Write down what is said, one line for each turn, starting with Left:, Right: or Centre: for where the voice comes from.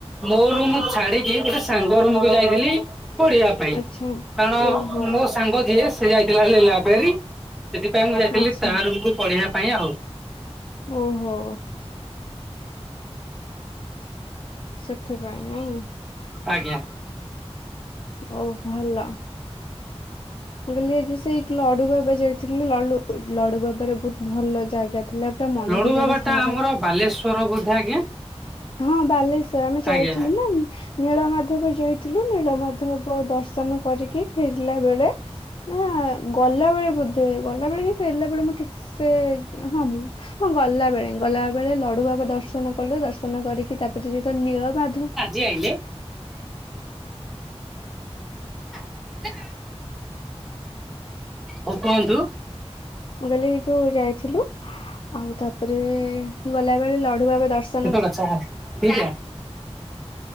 Centre: ମୋ ରୁମ୍ ଛାଡିକି ଗୋଟେ ସାଙ୍ଗ ରୁମକୁ ଯାଇଥିଲି। ପଢିବା ପାଇଁ
Left: ଆଚ୍ଛା।
Centre: କାରଣ
Left: ଓହୋ
Centre: ମୋ ସାଙ୍ଗ ଯିଏ ସେ ଯାଇଥିଲା ବେଲି ଲାଇବ୍ରେରୀ ସେଥିପାଇଁ ମୁଁ ଯାଇଥିଲି
Left: ଆଚ୍ଛା
Centre: ତା ରୁମକୁୁ ପଢିବା ପାଇଁ ଆଉ।
Left: ଓହୋ। ସେଥିପାଇଁ ନାଇଁ
Centre: ଆଜ୍ଞା।
Left: ଓ ଭଲ। ମୁଁ କହିଲି ଆଜି ସେଇ ଲଡୁବାବା ଯାଇଥିଲି ଲଡୁ ଲଡୁବାବାରେ ବହୁତ ଭଲ ଜାଗା ଥିଲା ପୋଟା ମନ୍ଦିର
Centre: ଲଡୁ ବାବା
Left: ଟା ସ୍ାର
Centre: ଆମର
Left: <inaudible>
Centre: ବାଲେଶ୍ଵର ବୋଧେ ଆଜ୍ଞା।
Left: ହଁ ବାଲେଶ୍ଵର ଆମେ ଯାଇଥିଲୁ
Centre: ଆଜ୍ଞା
Left: ନା ନୀଳ ମାଧବ ଯାଇଥିଲୁ ନୀଳ ମାଧବ ଦର୍ଶନ କରିକି ଫେରିଲା ବେଳେ ନା ଗଲାବେଳେ ବୋଧେ ଗଲାବେଳେ କି ଫେରିଲା ବେଳେ ମୁଁ ଠିକସେ ହଁ ମୁଁ ହଁ ଗଲାବେଳେ ଗଲାବେଳେ ଲଡୁ ବାବା ଦର୍ଶନ କଲୁ ଦର୍ଶନ କରିକି ତାପରେ ଯେତେବେଳେ ନୀଳ ମାଧବ
Centre: ଜି ଆଇଲେ। ଦ କ <inaudible> ହଉ କୁହନ୍ତୁ?
Left: ମୁଁ କହିଲି ଏଇ ଯୋଉ ଯାଇଥିଲୁ ଆଉ ତାପରେ ଗଲା ବେଳେ ଲଢୁ ବାବା ଦର୍ଶ
Centre: ଡଛ <inaudible>